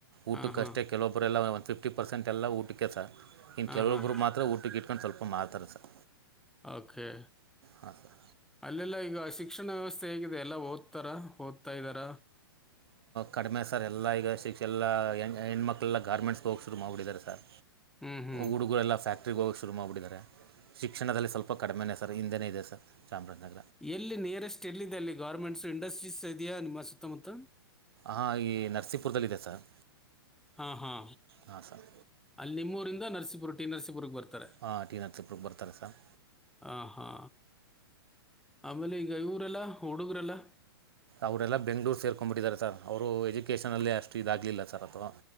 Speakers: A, on the right; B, in the centre.
A: ಊಟಕ್ಕಷ್ಟೇ
B: ಹಾಂ ಹಾಂ
A: ಕೆಲವೊಬ್ಬರೆಲ್ಲ ಒಂದು ಫಿಫ್ಟಿ ಪರ್ಸೆಂಟ್ ಎಲ್ಲ ಊಟಕ್ಕೆ ಸರ್. ಇನ್ನು
B: ಹಾಂ
A: ಕೆಲವೊಬ್ಬರು
B: ಹಾಂ
A: ಮಾತ್ರ ಊಟಕ್ಕೆ ಇಟ್ಕೊಂಡು ಸ್ವಲ್ಪ ಮಾಡ್ತಾರೆ ಸರ್
B: ಓಕೆ
A: ಹಾಂ. ಸರ್
B: ಅಲ್ಲೆಲ್ಲ ಈಗ ಶಿಕ್ಷಣ ವ್ಯವಸ್ಥೆ ಹೇಗಿದೆ ಎಲ್ಲ ಓದ್ತಾರ ಓದ್ತಾ ಇದ್ದಾರ.
A: ಕಡಿಮೆ ಸರ್ ಎಲ್ಲ ಈಗ ಶಿಕ್ಷೆಲ್ಲ ಹೆ ಹೆಣ್ಮಕ್ಳೆಲ್ಲ ಗಾರ್ಮೆಂಟ್ಸ್ಗೆ ಹೋಗಿ ಶುರು ಮಾಡಿಬಿಟ್ಟಿದ್ದಾರೆ ಸರ್.
B: ಹ್ಞೂ ಹ್ಞೂ
A: ಹುಡುಗರೆಲ್ಲ ಫ್ಯಾಕ್ಟ. ಹೋಗ ಶುರು ಮಾಡ್ಬಿದ್ದಾರೆ ಶಿಕ್ಷಣದಲ್ಲಿ ಸ್ವಲ್ಪ ಕಡಿಮೆನೆ ಸರ್ ಹಿಂದೇನೇ ಇದೆ ಸರ್ ಚಾಮರಾಜನಗರ.
B: ಎಲ್ಲಿ ನಿಯರೆಸ್ಟ್ ಎಲ್ಲಿದೆ ಅಲ್ಲಿ ಗೌರ್ಮೆಂಟ್ಸ್ ಇಂಡಸ್ಟ್ರೀಸ್ ಇದೆಯಾ ನಿಮ್ಮ ಸುತ್ತಮುತ್ತ.
A: ಹಾಂ ಈ ನರಸೀಪುರದಲ್ಲಿದೆ ಸರ್.
B: ಹಾ ಹಾ
A: ಹಾಂ ಸರ್
B: ಅಲ್ಲಿ ನಿಮ್ಮೂರಿಂದ ನರಸೀಪುರ ಟಿ ನರಸೀಪುರಕ್ಕೆ ಬರ್ತಾರ.
A: ಹಾಂ ಟಿ ನರಸೀಪುರಕ್ಕೆ ಬರ್ತಾರೆ ಸರ್
B: ಹ ಹಾ ಆಮೇಲೆ ಈಗ ಇವರೆಲ್ಲ ಹುಡುಗರೆಲ್ಲ.
A: ಅವರೆಲ್ಲ ಬೆಂ್ಳೂರು ಸೇರ್ಕೊಂಡ್ಂಬಿಟ್ಟಿದ್ದಾರೆ ಸರ್ ಅವರು ಎಜುಕೇಷನಲ್ಲೇ ಅಷ್ಟು ಇದಾಗಲಿಲ್ಲ ಸರ್ ಅಥವಾ.